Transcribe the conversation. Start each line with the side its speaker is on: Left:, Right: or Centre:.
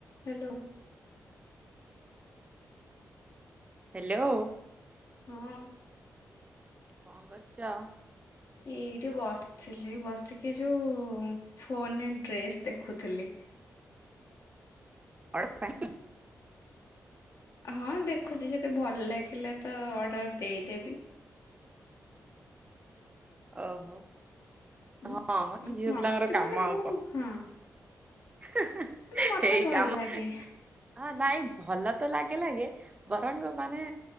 Left: ହ୍ୟାଲୋ।
Right: ହଁ। ହ୍ୟାଲୋ।
Left: ହଁ।
Right: କଣ କରୁଛ?
Left: ଏଇଠି ବସିଥିଲି ବସିକି ଯୋଉ ଫୋନରେ ଡ୍ରେସ ଦେଖୁଥିଲି।
Right: <unintelligible>
Left: ହଁ ଦେଖୁଛି ଯଦି ଭଲ ଲାଗିଲା ତ ଅର୍ଡର ଦେଇଦେବି।
Right: ଓହୋ
Left: ଉଁ
Right: ହଁ ମ
Left: ଉଁ
Right: ଝିଅ
Left: ମତେ
Right: ପିଲାଙ୍କର କାମ
Left: ମାନେ
Right: ଆଉ
Left: ମୁଁ
Right: କଣ।
Left: ହଁ ମାନେ ମତେ
Right: ସେଇ
Left: ଭଲ
Right: କାମ
Left: ଲାଗେ
Right: ହ ନାଇଁ ଭଲ ତ ଲାଗେ ଲାଗେ ବରଙ୍ଗ ମାନେ